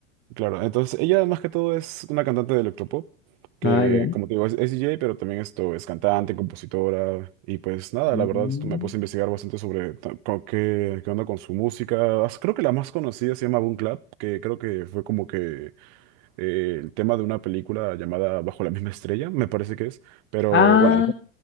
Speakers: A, on the right; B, on the left.
A: Claro, entonces ella más que todo es una cantante de electropop, que
B: Ah, ya.
A: como te digo es, es D J. pero también esto es cantante, compositora, y pues nada,
B: Mm.
A: la verdad esto me puse a investigar bastante sobre ta- co- qué, qué onda con su música. As- Creo que la más conocida se llama Boom Clap, que creo que fue como que eh, el tema de una película llamada Bajo la misma estrella, me parece que es, pero
B: Ah,
A: bueno, el...